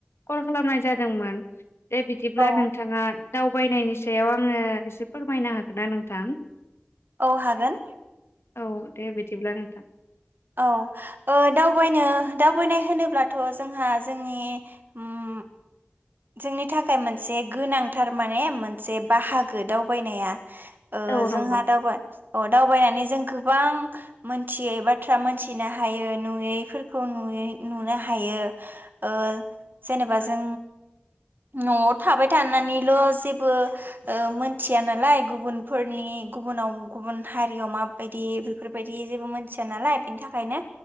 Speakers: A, on the left; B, on the right.
A: कल खालामनाय जादोंमोन दे बिदिब्ला
B: औ
A: नोंथाङा। दावबायनायनि सायाव आंनो एसे फोरमायनो हागोनना नोंथां?
B: औ हागोन
A: औ दे बिदिब्ला नोंथां
B: औ ओ दावबायनो दावबायनाय होनोब्लाथ' जोंहा जोंनि ओम जोंनि थाखाय मोनसे गोनांथार माने मोनसे बाहागो दावबायनाया ओ
A: औ नंगौ
B: जोंहा दावबा ओ दावबायनानै जों गोबां मोनथियै बाथ्रा मोनथिनो हायो नुयैफोरखौ नुयो, नुनो हा हायो ओ जेनेबा जों न'आव थाबाय थानानैल' जेबो ओ मोनथिया नालाय गुबुनफोरनि गुबुन गुबुनाव गुबुन हारियाव माबायदि बेफोरबायदि जेबो मोनथिया नालाय बेनि थाखायनो